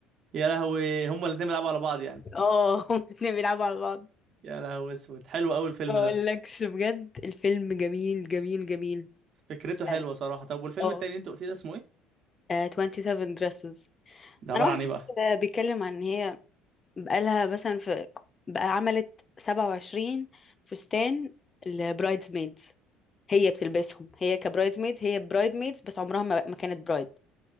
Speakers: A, on the right (about 55°); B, on the left (about 30°).
A: يا لهوي هما الاتنين بيلعبوا على بعض يعني
B: اه <laughs> هم الاتنين بيلعبوا على بعض
A: يا لهوي اسود حلو قوي الفيلم
B: ما اقولكش
A: ده
B: بجد الفيلم جميل جميل جميل
A: فكرته حلوه
B: يعني
A: صراحه طب والفيلم
B: اه
A: التاني اللي انت قلت لي ده اسمه ايه
B: آه، 27 dresses
A: ده عباره
B: انا واحده
A: عن ايه بقى
B: كده بيتكلم عن ان هي بقالها مثلا في بقى عملت 27 فستان البرايدز ميدز هي بتلبسهم هي كبرايدز ميدز هي برايد ميدز بس عمرها ما, ما كانت برايد